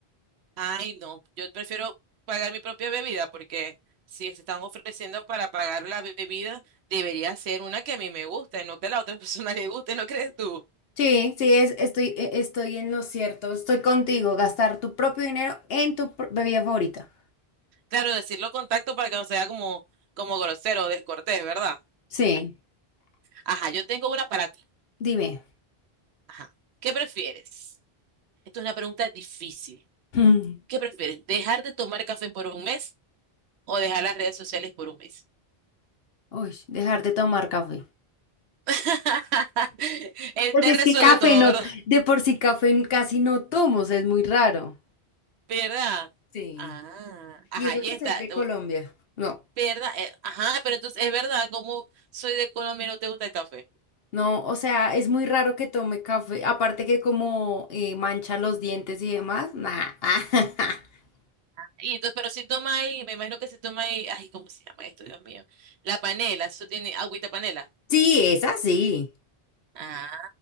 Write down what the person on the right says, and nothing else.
Ay, no, yo prefiero pagar mi propia bebida porque si se están ofreciendo para pagar la bebida, debería ser una que a mí me guste, no que a la otra <laughs> persona le guste, ¿no crees tú?
Claro, decirlo con tacto para que no sea como, como grosero o descortés, ¿verdad?
Ajá, yo tengo una para ti.
Ajá. ¿Qué prefieres? Esto es una pregunta difícil.
¿Qué prefieres? ¿Dejar de tomar café por un mes o dejar las redes sociales por un mes?
<laughs> Él
te
resuelve
todo,
¿verdad?
¿Verdad?
Ah, ajá,
ya
está.
¿Verdad? Eh, ajá, pero entonces es verdad, como soy de Colombia y no te gusta el café.
Y entonces, pero si toma ahí, me imagino que si toma ahí, ay, ¿cómo se llama esto, Dios mío? La panela, eso tiene agüita panela.
Ah,